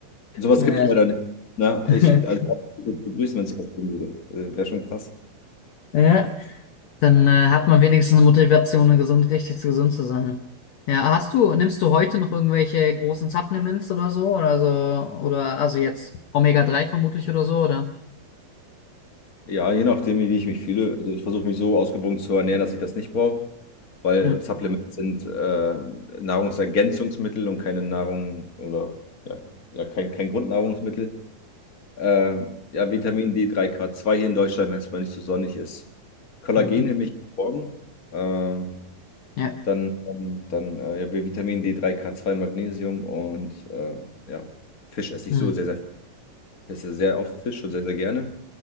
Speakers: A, on the left (about 85°); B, on the left (about 70°).
A: Sowas
B: Ja.
A: gibt es leider nicht. Ne?
B: <laughs>
A: Ich, also, ich würde begrüßen, wenn es sowas geben würde. Äh, Wäre schon krass.
B: Ja. Dann äh, hat man wenigstens eine Motivation, gesund, richtig gesund zu sein. Ja, hast du, nimmst du heute noch irgendwelche großen Supplements oder so? Oder so, oder also jetzt omega drei vermutlich oder so, oder?
A: Ja, je nachdem, wie ich mich fühle. Also ich versuche mich so ausgewogen zu ernähren, dass ich das nicht brauche, weil
B: Ja.
A: Supplements sind äh, Nahrungsergänzungsmittel und keine Nahrung oder ja, ja kein, kein Grundnahrungsmittel. Äh, ja, Vitamin D3, K2 hier in Deutschland, wenn es mal nicht so sonnig ist. Kollagen
B: Mhm.
A: nehme ich morgen. Ähm,
B: Ja.
A: dann ähm, dann äh, ja, Vitamin D3, K2, Magnesium und äh, ja, Fisch esse
B: Mhm.
A: ich so sehr, sehr, ich esse sehr oft Fisch und sehr, sehr gerne.